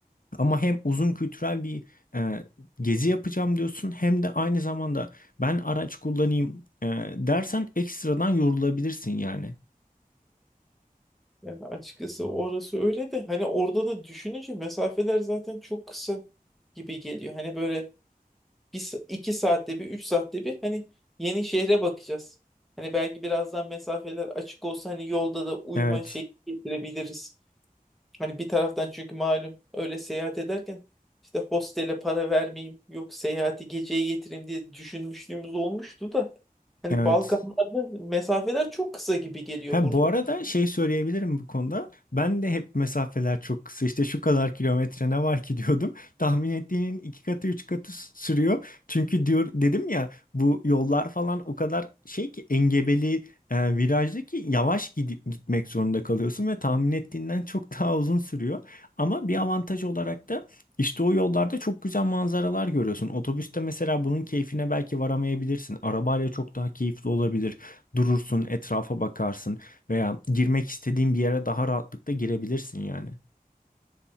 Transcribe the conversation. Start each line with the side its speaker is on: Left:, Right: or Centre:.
Left: Ama hem uzun kültürel bir e, gezi yapacağım diyorsun hem de aynı zamanda ben araç kullanayım e, dersen ekstradan yorulabilirsin yani.
Centre: Yani açıkçası orası öyle de hani orada da düşününce mesafeler zaten çok kısa gibi geliyor. Hani böyle bir, sa- iki saatte bir, üç saatte bir hani yeni şehre bakacağız. Hani belki birazdan mesafeler açık olsa hani yolda da uyuma
Left: Evet,
Centre: şeyi getirebiliriz. Hani bir taraftan çünkü malum öyle seyahat ederken işte hostele para vermeyeyim yok seyahati geceye getireyim diye düşünmüşlüğümüz olmuştu da hani
Left: evet.
Centre: Balkanlarda mesafeler çok kısa gibi geliyor
Left: Ha,
Centre: burada.
Left: bu arada şey söyleyebilirim bu konuda. Ben de hep mesafeler çok kısa. İşte şu kadar kilometre ne var ki <laughs> diyordum. Tahmin ettiğinin iki katı üç katı s- sürüyor. Çünkü diyor dedim ya bu yollar falan o kadar şey ki engebeli e, virajlı ki yavaş gidi- gitmek zorunda kalıyorsun ve tahmin ettiğinden çok <laughs> daha uzun sürüyor. Ama bir avantaj olarak da işte o yollarda çok güzel manzaralar görüyorsun. Otobüste mesela bunun keyfine belki varamayabilirsin. Arabayla çok daha keyifli olabilir durursun, etrafa bakarsın. Veya girmek istediğin bir yere daha rahatlıkla girebilirsin yani.